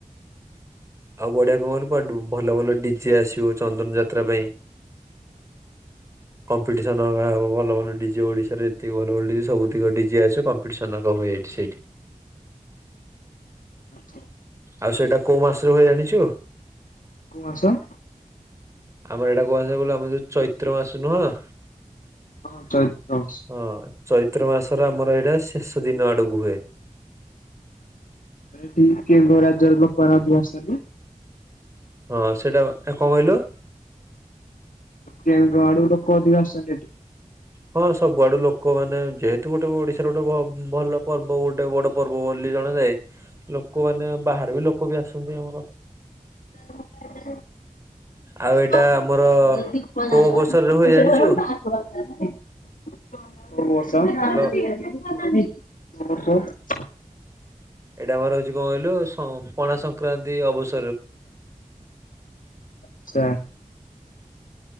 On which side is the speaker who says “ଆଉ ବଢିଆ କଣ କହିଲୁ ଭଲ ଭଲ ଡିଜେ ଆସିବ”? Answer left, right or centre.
Right